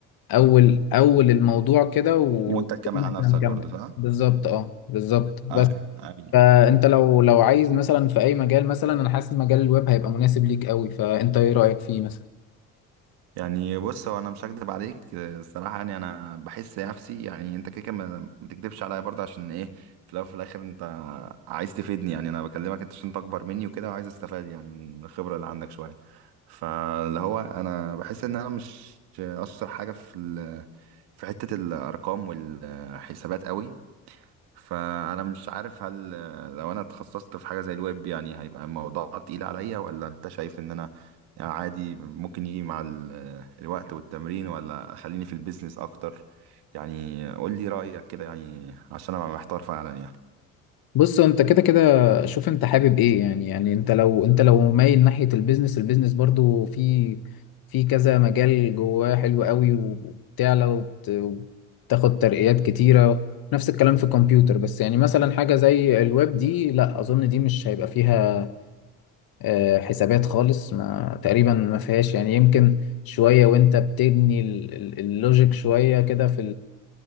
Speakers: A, on the left (about 60°); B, on the right (about 70°).
A: اول اول الموضوع كده وإن
B: وانت تكمل على
A: احنا
B: نفسك
A: نكمل
B: برضه صح؟
A: بالظبط اه بالظبط بس
B: اه ايوه
A: فانت لو لو عايز مثلا في اي مجال مثلا انا حاسس مجال الويب هيبقى مناسب ليك قوي فانت ايه رأيك فيه مثلا
B: يعني بص هو انا مش هكدب عليك آه، الصراحه يعني انا بحس نفسي يعني انت كده كده ما ما تكدبش عليا برضه عشان ايه في الاول وفي الاخر انت عايز تفيدني يعني انا بكلمك انت عشان انت اكبر مني وكده وعايز استفاد يعني من من الخبره اللي عندك شويه فاللي هو انا بحس ان انا مش اشطر حاجه في ال- في حته الارقام والحسابات قوي فانا مش عارف هل آه، لو انا اتخصصت في حاجه زي الويب يعني هيبقى الموضوع تقيل عليا ولا انت شايف ان انا عادي ممكن يجي مع ال- آه، الوقت والتمرين ولا خليني في البيزنس اكتر يعني قول لي رايك كده يعني عشان ابقى محتار فعلا يعني
A: بص انت كده كده شوف انت حابب ايه يعني يعني انت لو انت لو مايل ناحية البيزنس البيزنس برضو في في كذا مجال جواه حلو قوي وبتعلى وبت- وبتاخد ترقيات كتيرة نفس الكلام في الكمبيوتر بس يعني مثلا حاجة زي الويب دي لا اظن دي مش هيبقى فيها آه، حسابات خالص ما تقريبا ما فيهاش يعني يمكن شوية وانت بتبني ال- ال- اللوجيك شوية كده في